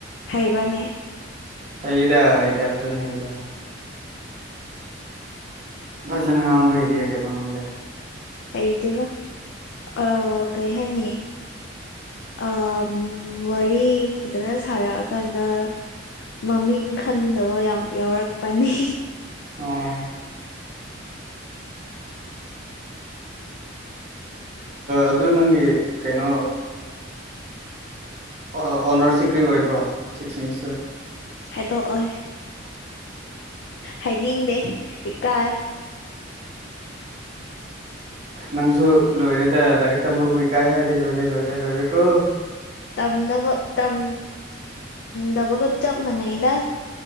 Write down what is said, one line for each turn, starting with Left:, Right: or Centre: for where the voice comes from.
Left: ꯍꯩꯕꯅꯦ
Right: ꯍꯩꯗ ꯍꯩꯗ ꯐꯖꯅ ꯍꯩꯗ ꯖꯥꯡ ꯃꯍꯩꯍꯤꯔꯤꯌꯦ ꯀꯩꯅꯣ ꯅꯪꯗ
Left: ꯍꯇꯦꯗ ꯑ ꯀꯩ ꯍꯥꯏꯥꯏꯅꯤ ꯑ ꯋꯥꯔꯤ ꯐꯖꯅ ꯁꯥꯔꯛꯑꯀꯥꯟꯗ ꯃꯃꯤꯡ ꯈꯪꯗꯕ ꯌꯥꯝ ꯌꯥꯎꯔꯛꯄꯅꯤ
Right: ꯑꯣ ꯑꯗꯨ ꯅꯪꯒꯤ ꯀꯩꯅꯣ ꯑꯣꯅꯔꯁ ꯗꯤ ꯀ꯭ꯔꯤ ꯑꯣꯏꯕ꯭ꯔꯣ ꯁꯤꯛꯁ ꯁꯦꯃꯤꯁꯇꯔ
Left: ꯍꯥꯏꯗꯣꯛꯑꯣꯏ ꯍꯥꯏꯅꯤꯡꯗꯦ ꯏꯀꯥꯏ
Right: ꯅꯪꯁꯨ ꯂꯣꯏꯔꯦꯗ ꯂꯥꯏꯔꯤꯛ ꯇꯝꯕꯕꯨ ꯏꯀꯥꯏ ꯍꯥꯏꯔꯗꯤ ꯂꯣꯏꯔꯦ ꯂꯣꯏꯔꯦ ꯂꯣꯏꯔꯦ ꯀꯣ
Left: ꯇꯝꯗꯕ ꯇꯝ ꯗꯕꯒꯞ ꯆꯞ ꯃꯅꯩꯗ